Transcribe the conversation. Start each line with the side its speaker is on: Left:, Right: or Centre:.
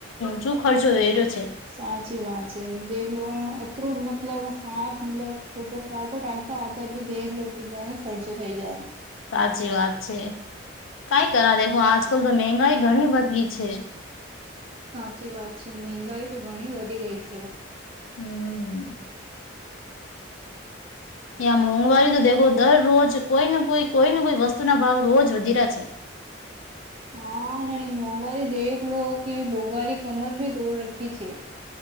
Left: જો ખર્ચો વે રહ્યો છે
Right: સાચી વાત છે દેખ અતરો મતલબ હાથ મતલબ છોટો ટાટો રાખતા આતાર બી દેખલો ઘણો ખર્ચો થઈ જાય
Left: સાચી વાત છે કઈ કર દેખો આજ કલ તો મંગાઈ ઘણી વધ ગી છે
Right: સાચી વાત છે મંગાઈ તો ઘણી વધી ગઈ છે
Left: હમ ત્યાં મોંઘવારી તો દેખો દરરોજ કોઈને કોઈ કોઈને કોઈ વસ્તુ ના ભાવ રોજ વધી રહ્યા છે
Right: હા ના મોંઘવારી દેખ લો કે મોઘવારી કમર ભી તોડ રખી છે